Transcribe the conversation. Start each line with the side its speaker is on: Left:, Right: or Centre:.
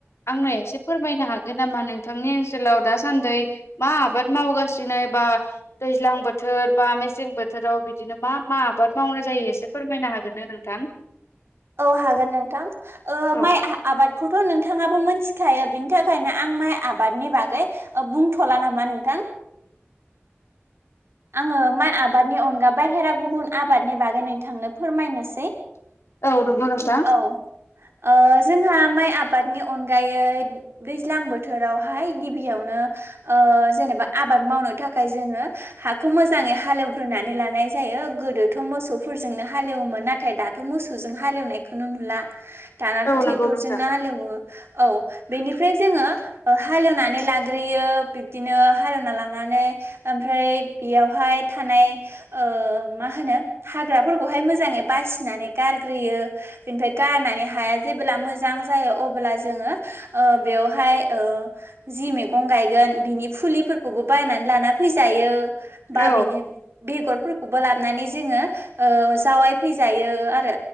Left: आंनो एसे फोरमायनो हागोन नामा नोंथांनि ओनसोलाव दासान्दि मा मा आबाद मावगासिनो बा दैज्लां बोथोर बा मेसें बोथोराव बिदिनो मा मा आबाद मावनाय जायो। एसे फोरमायनो हागोन ना नोंथां?
Right: औ हागोन नोंथां ओ
Left: औ
Right: माइ आबादखौथ' नोंथाङाबो मोनथिखायो बिनि थाखायनो आं माइ आबादनि बागै बुंथ'ला नामा नोंथां आङो माइ आबादनि अनगा बहेरा गुबुन आबादनि बागै नोंथांनो फोरमायनोसै
Left: औ नंगौ नोंथां
Right: औ ओ जोंहा माइ आबादनि अनगायै दैज्लां बोथोरावहाय गिबियाव नों जेनेबा आबाद मावनो थाखाय जोङो हाखौ मोजाङै हालेवग्रोनानै लानाय जायो। गोदोथ' मोसौफोरजोंनो हालएवोमोन नाथाय दाथ' मो सौजों हालेवनायखौनो नुला दानाथ'
Left: औ
Right: ट्रेक्टरजोंनो
Left: नंगौ नोंथां
Right: हालेवो औ बेनिफ्राय जोङो हालेवनानै लाग्रोयो बिब्दिनो हालेवना लानानै ओमफ्राय बेयावहाय था नाय ओ मा होनो हाग्राफोरखौहाय मोजांयै बासिनानै गारग्रोयो बेनिफ्राय गारनानै हाया जेब्ला मोजां जायो अब्ला जोङो ओ बेवहाय ओ जि मैगं गायगोन बिनि फुलिफोरखौबो बायनानै लाना फैजायो बा
Left: औ
Right: बिनि बेगरफोरखौबो लाबानै जोङो ओ जावाय फैजायो आ रो।